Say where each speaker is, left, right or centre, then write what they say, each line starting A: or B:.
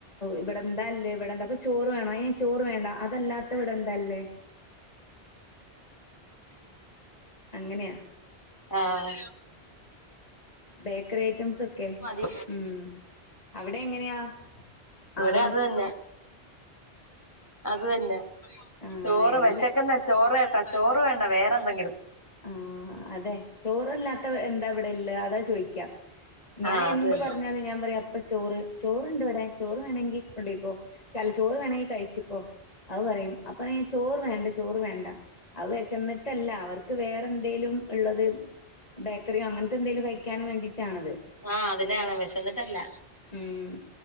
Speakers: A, on the left (about 35°); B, on the left (about 20°).
A: ഇവിടെന്താല്ലേ ഇവിടെന്താപ്പ ചോറ് വേണോ ഏ ചോറ് വേണ്ട അതല്ലാത്ത ഇവിടെ എന്താല്ല അങ്ങനെയാ
B: ആഹ്.
A: ബേക്കറി ഐറ്റംസൊക്കെ
B: മതി
A: ഉം അവിടെ എങ്ങനെയാ?
B: ഇവിടെ
A: ആള്
B: അത് തന്നെ അത് തന്നെ
A: ആഹ്
B: ചോറ്
A: എല്ലാ
B: വെശക്ക്ന്ന ചോറേണ്ട ചോറ് വേണ്ട വേറെ എന്തെങ്കിലും.
A: ആഹ അതെ ചോറല്ലാത്ത എന്താ ഇവിടെള്ളെ അതാ ചോയ്ക്ക. ഞാൻ
B: ആഹ് അത്
A: എന്ത്
B: തന്നെ
A: പർഞ്ഞാലും ഞാൻ പറയാ അപ്പ ചോറ് ചോറ്‌ണ്ടിവ്ടെ ചോറ് വേണമെങ്കി കൊണ്ടോയ്ക്കോ ചല്ല ചോറ് വേണെങ്കി കയ്ച്ച്ക്കോ അത് പറയും അപ്പറിം ചോറ് വേണ്ട ചോറ് വേണ്ട അത് വെശന്നിട്ടല്ല അവർക്ക് വേറെ എന്തേലും ഇള്ളത് ബേക്കറ്യോ അങ്ങൻത്തെ എന്തെലും കഴിക്കാൻ വേണ്ടിട്ടാണത്.
B: ആഹ് അതിനാണ് വിശന്നിട്ടല്ല
A: ഉം